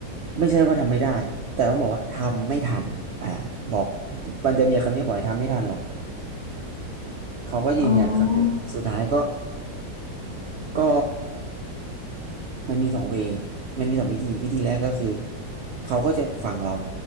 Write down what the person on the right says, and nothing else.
ไม่ใช่ว่าทำไม่ได้ แต่ต้องบอกว่าทำไม่ทันอ่าบอกมันจะมีคำนี้บ่อยทำไม่ทันหรอก เขาก็ยืนยันคำเดิม
สุดท้ายก็ก็ มันมีสองเวย์มันมีสองวิธีวิธีแรกก็คือเขาก็จะฟังเรา